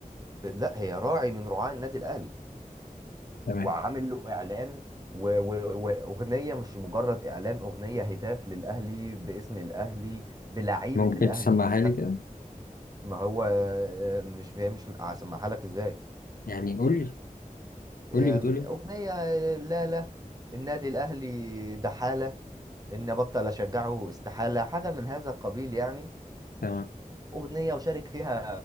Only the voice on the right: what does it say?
ب- لا هي راعي من رعاة النادي الأهلي
وعامل له إعلان و- و- وأغنية مش مجرد إعلان أغنية هتاف للأهلي باسم الأهلي بلعيبة
الأهلي
ما هو آه، مش هي مش هسمعها لك ازاي
آه،
اغنيه لا لا النادي الاهلي دحاله ان ابطل اشجعه استحاله حاجه من هذا القبيل يعني
اغنيه وشارك فيها